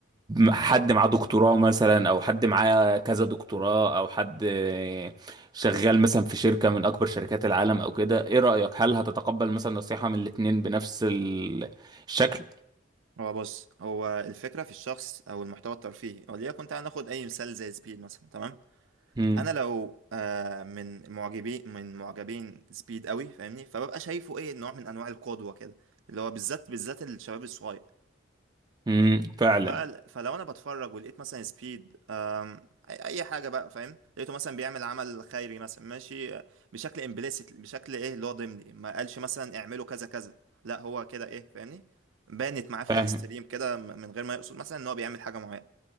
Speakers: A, on the right; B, on the right.
A: حد معاه دكتوراه مثلا او حد معاه كذا دكتوراه او حد آه، شغال مثلا في شركة من اكبر شركات العالم او كده ايه رأيك هل هتتقبل مثلا نصيحة من الاتنين بنفس ال- الشكل
B: هو بص هو الفكرة في الشخص أو المحتوى الترفيهي وليكن تعالى ناخد أي مثال زي سبيد مثلا تمام
A: مم.
B: أنا لو آه من معجبي من معجبين سبيد قوي فاهمني فببقى شايفه إيه نوع من أنواع القدوة كده اللي هو بالذات بالذات الشباب الصغير
A: مم. فعلا
B: ف... فلو انا بتفرج ولقيت مثلا سبيد أم... اي أي حاجه بقى فاهم لقيته مثلا بيعمل عمل خيري مثلا ماشي آه، بشكل امبليسيت بشكل ايه اللي هو ضمني ما قالش مثلا اعملوا كذا كذا لا هو كده ايه فاهمني بانت معاه في
A: فاهم
B: الاستريم كده م- من غير ما يقصد مثلا ان هو بيعمل حاجه معينه